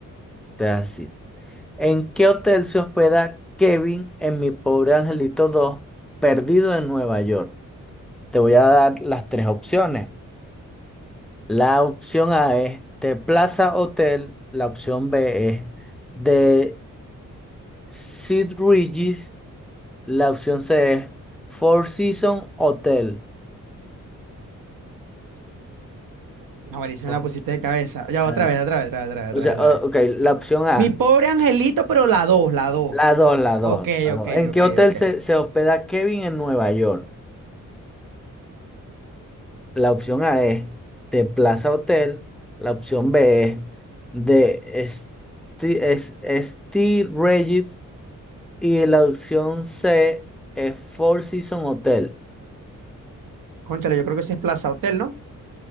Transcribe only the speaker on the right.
Ah, buenísimo,
la pusiste de cabeza. Ya,
otra vez, otra vez, otra vez, otra vez,
otra
vez, otra
vez.
Mi pobre angelito, pero la dos, la dos.
Ok,
ok,
ok,
ok.
Cónchale, yo creo que ese es Plaza Hotel, ¿no?